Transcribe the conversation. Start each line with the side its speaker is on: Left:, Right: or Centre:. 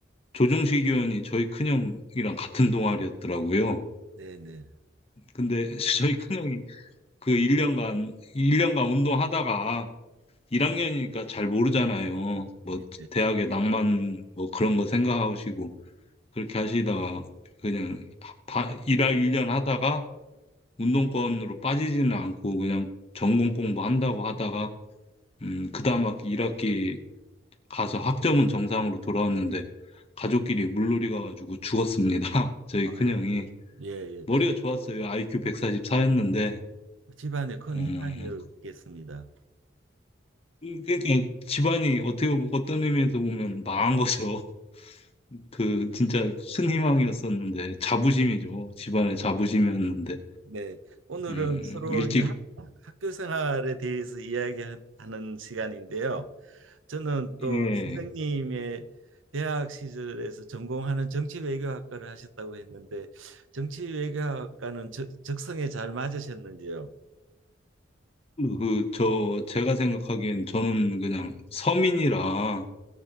Left: 조정식 의원이 저희 큰형이랑 같은 동아리였더라고요.
Right: 네네.
Left: 근데 <laughs> 저희 큰형이 그 1년간 1년간 운동하다가 1학년이니까 잘 모르잖아요. 뭐
Right: 예.
Left: 대학의 낭만 뭐 그런 거 생각하시고 그렇게 하시다가 그냥 바, 일할 1년 하다가 운동권으로 빠지지는 않고 그냥 전공 공부한다고 하다가 음, 그다음 학기 1학기 가서 학점은 정상으로 돌아왔는데 가족끼리 물놀이 가가지고 죽었습니다. <laughs> 저희
Right: 아유,
Left: 큰형이
Right: 예, 예.
Left: 머리가 좋았어요. IQ 144였는데
Right: 집안에 큰
Left: 음,
Right: 희망이었겠습니다.
Left: 그러니까 집안이 어떻게 보면 어떤 의미에서 보면 망한 거죠. <laughs> 그 진짜 큰 희망이었었는데 자부심이죠. 집안의 자부심이었는데
Right: 네. 오늘은
Left: 음,
Right: 서로
Left: 일찍
Right: 이제 학, 학교 생활에 대해서 이야기하는 시간인데요. 저는 또
Left: 예.
Right: 선생님의 대학 시절에서 전공하는 정치외교학과를 하셨다고 했는데 정치외교학과는 적- 적성에 잘 맞으셨는지요?
Left: 그 저 제가 생각하기엔 저는 그냥 서민이라